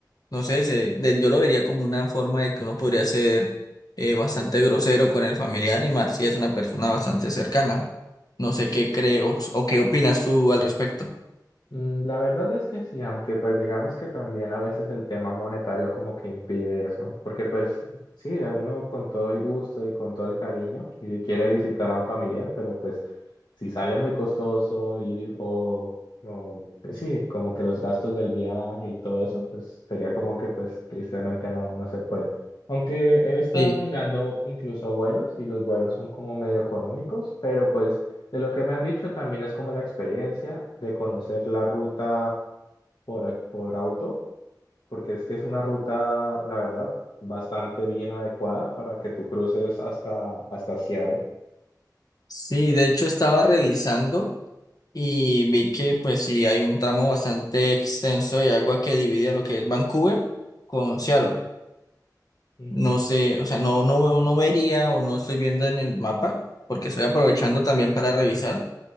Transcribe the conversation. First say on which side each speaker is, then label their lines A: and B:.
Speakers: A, on the left (about 55°); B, on the left (about 85°).
A: No sé, se- de- yo lo vería como una forma de que uno podría ser eh, bastante grosero con el familiar y más si es una persona bastante cercana. No sé qué creo o qué opinas tú al respecto.
B: Mm, La verdad es que sí, aunque pues digamos que también a veces el tema monetario como que impide eso, porque pues sí, uno con todo el gusto y con todo el cariño qui- quiere visitar a un familiar, pero pues si sale muy costoso ir o, o, eh, sí, como que los gastos del viaje y todo eso, pues sería como que pues tristemente no, no se puede. Aunque he estado
A: Sí.
B: mirando incluso vuelos y los vuelos son como medio económicos, pero pues... De lo que me han dicho también es como la experiencia de conocer la ruta por, por auto, porque es que es una ruta, la verdad, bastante bien adecuada para que tú cruces hasta, hasta Seattle.
A: Sí, de hecho estaba revisando y vi que pues sí hay un tramo bastante extenso de agua que divide a lo que es Vancouver con Seattle.
B: Ujú.
A: No sé, o sea, no, no, no vería o no estoy viendo en el mapa porque estoy aprovechando también para revisar.